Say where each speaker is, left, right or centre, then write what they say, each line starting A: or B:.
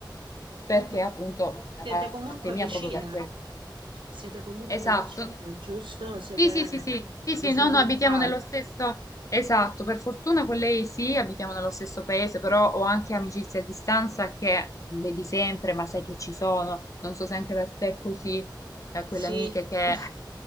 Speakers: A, on the left; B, on the right.
A: perché
B: Mhm.
A: appunto da
B: Siete
A: parte
B: comunque
A: mia
B: vicine,
A: proprio per questo.
B: siete comunque
A: Esatto.
B: vicine, giusto? Siete...
A: Sì, sì, sì, sì, sì,
B: Vi
A: sì,
B: frequentate?
A: no, no, abitiamo nello stesso. Esatto, per fortuna con lei sì, abitiamo nello stesso paese, però ho anche amicizie a distanza che non vedi sempre, ma sai che ci sono. Non so se anche per te è così, eh, quelle
B: Sì,
A: amiche che...
B: <laughs>
A: eh,